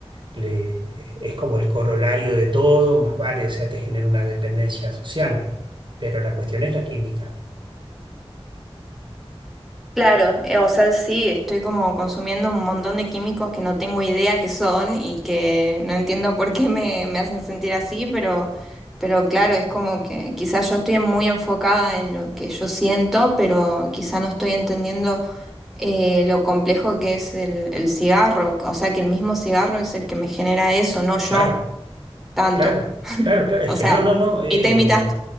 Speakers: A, on the right; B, in the centre.
A: le- es como el corolario de todo, más vale, o sea, te genera una dependencia social, pero la cuestión es la química.
B: Claro, eh, o sea, sí, estoy como consumiendo un montón de químicos que no tengo idea qué son y que no entiendo por qué me, me hacen sentir así, pero, pero claro, es como que quizás yo estoy muy enfocada en lo que yo siento, pero quizás no estoy entendiendo. eh, lo complejo que es el, el cigarro. O sea, que el mismo cigarro es el que me genera eso, no yo
A: Claro.
B: tanto.
A: Claro, claro, claro. Es
B: O
A: que
B: sea,
A: no, no, no. eh,
B: mitad y mitad.